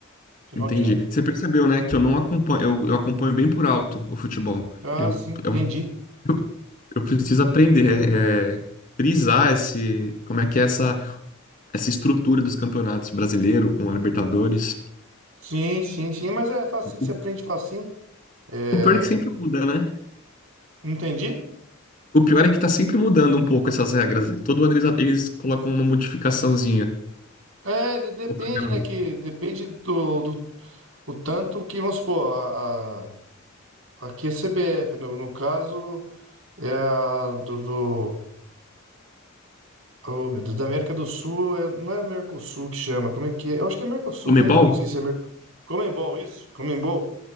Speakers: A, on the right; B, on the left.
A: final
B: entendi.
A: de ano.
B: Você percebeu, né, que eu não acompanho, eu, eu acompanho bem por alto o futebol.
A: Ah,
B: Eu,
A: sim, entendi.
B: é um- eu, eu preciso aprender, é, é, frisar esse, como é que é essa, essa estrutura dos campeonatos brasileiro com a Libertadores.
A: Sim, sim, sim, mas é facinho,
B: O,
A: se aprende facinho. É,
B: o pior é que sempre muda, né?
A: entendi?
B: O pior é que tá sempre mudando um pouco essas regras. Todo ano eles, eles colocam uma modificaçãozinha.
A: É, de- depende,
B: Eu tô enganado.
A: né, que depende do, do o tanto que, vamos supor, a, a, aqui é CBF, no, no caso é a do, do Oh, meu Deus, da América do Sul, é- não é Mercosul que chama, como é que é? Eu acho que é Mercosul
B: Comebol?
A: mesmo, que não sei se é Mercosul. Comembol, isso, Comembol.